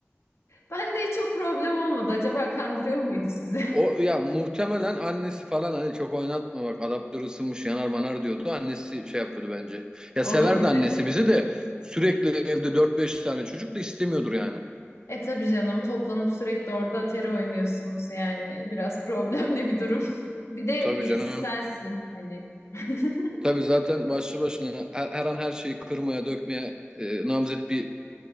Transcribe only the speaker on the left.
Ben de hiç o problem olmadı. Acaba kandırıyor muydu sizi? <laughs>
Olabilir.
E tabii canım toplanıp sürekli orada atari oynuyorsunuz yani biraz problemli bir durum. <laughs> Bir de
birisi
sensin hani. <laughs>